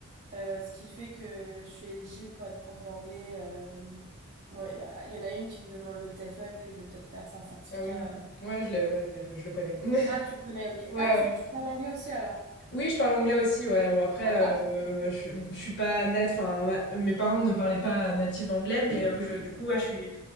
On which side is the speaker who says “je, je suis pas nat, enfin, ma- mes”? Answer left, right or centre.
Left